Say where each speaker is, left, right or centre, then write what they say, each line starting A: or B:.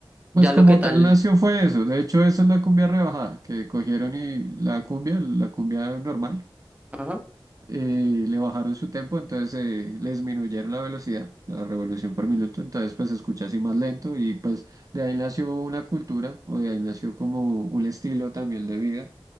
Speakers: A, on the right; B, on the right.
A: Pues
B: ya
A: como
B: lo que tal.
A: tal nació fue eso. De hecho, esa es la cumbia rebajada, que cogieron y la cumbia, la cumbia normal,
B: Ajá.
A: eh, le bajaron su tempo, entonces eh, le disminuyeron la velocidad, la revolución por minuto, entonces pues se escucha así más lento y pues de ahí nació una cultura o de ahí nació como un estilo también de vida.